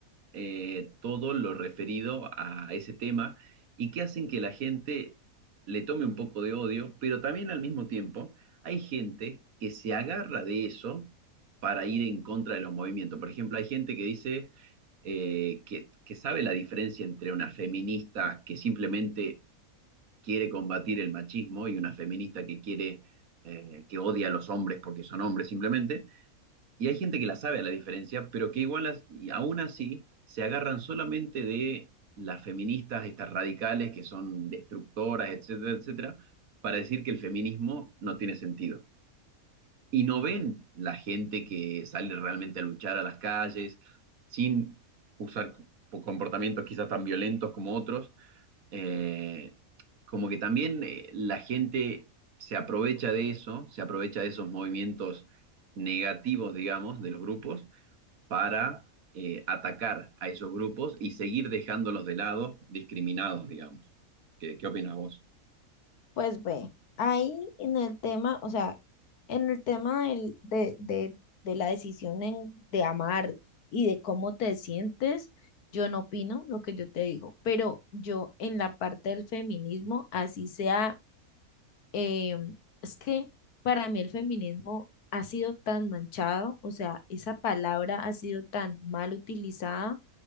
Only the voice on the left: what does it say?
Pues ve, ahí en el tema, o sea, en el tema del- de, de, de la decisión en- de amar y de cómo te sientes, yo no opino lo que yo te digo, pero yo en la parte del feminismo, así sea. Eh, es que para mí el feminismo ha sido tan manchado, o sea, esa palabra ha sido tan mal utilizada